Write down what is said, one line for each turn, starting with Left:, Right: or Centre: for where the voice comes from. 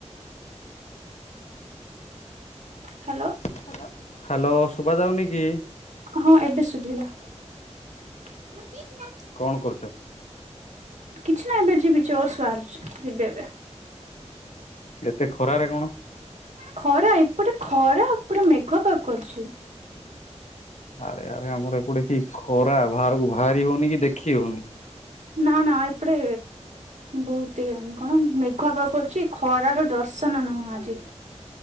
Right: Hello.
Left: Hello hello ଶୁଭ ଯାଉନି କି?
Right: ହଁ ଏବେ ଶୁଭିଲା। <unintelligible>
Left: କଣ କରୁଛ?
Right: କିଛି ନାହିଁ ଏବେ ଯିବି ଜସ ବାହାରୁଛି ଯିବି ଏବେ
Left: ଏତେ ଖରାରେ କଣ?
Right: ଖରା ଏପଟେ ଖରା ପୁରା ମେଘଆ ପାଗ କରୁଛି।
Left: ଆରେ ଆରେ ଆମର ଏପଟେ କି ଖରା ବାହାରକୁ ବାହାରି ହଉନି କି ଦେଖି ହଉନି।
Right: ନା ନା ଏପଡେ ବହୁତ କଣ ମେଘୁଆ ପାଗ କରୁଛି ଖରାର ଦର୍ଶନ ନୁହଁ ଆଜି